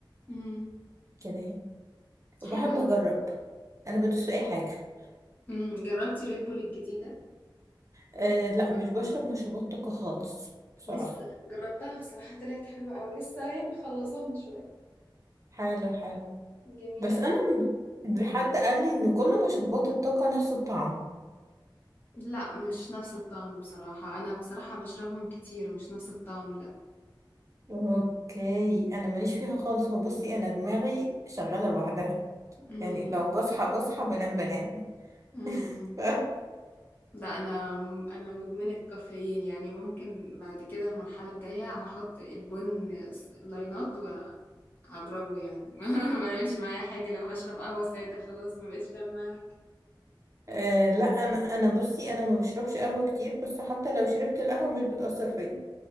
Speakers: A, on the left; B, on the right.
A: امم
B: كده يعني بحب
A: حلوة
B: اجرب انا بدوس في اي حاجه
A: امم جربتي ريد بول الجديدة
B: أه لا مش بشرب مشروبات طاقه خالص بصراحه
A: لسه جربتها بصراحة طلعت حلوة قوي لسه هي مخلصاها من شوية
B: حاله حاله
A: جميلة
B: بس انا
A: قوي
B: ب- حد قال لي ان كل مشروبات الطاقه نفس الطعم
A: لا مش نفس الطعم بصراحة أنا بصراحة بشربهم كتير مش نفس الطعم لا
B: اوكي انا ماليش فيها خالص هو بصي انا دماغي شغاله لوحدها
A: امم امم
B: يعني لو بصحى بصحى بنام بنام
A: إمم،
B: <laughs>
A: إمم.
B: ف...
A: لا أنا أنا مدمنة كافيين يعني ممكن بعد كده المرحلة الجاية هحط البن س- لاينات وهضربه يعني <laughs> ما بعملش معايا حاجة لو هشرب قهوة سادة خلاص ما بقتش بتعمل معايا حاجة
B: أه لا انا انا بصي انا ما بشربش قهوه كتير بس حتى لو شربت القهوه مش بتاثر فيا